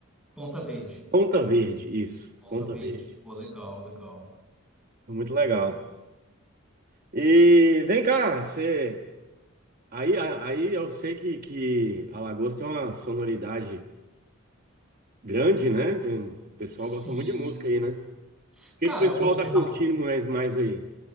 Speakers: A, in the centre; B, on the right.
A: Ponta Verde.
B: Ponta Verde, isso.
A: Ponta
B: Ponta
A: Verde.
B: Verde.
A: Pô, legal, legal.
B: Foi Muito legal. E vem cá, você. Aí, a- aí eu sei que, que Alagoas tem uma sonoridade grande, né? Tem- O pessoal
A: Sim.
B: gosta muito de música aí, né? O que,
A: Cara,
B: que o pessoal
A: o Djavan,
B: tá curtindo mais, mais aí?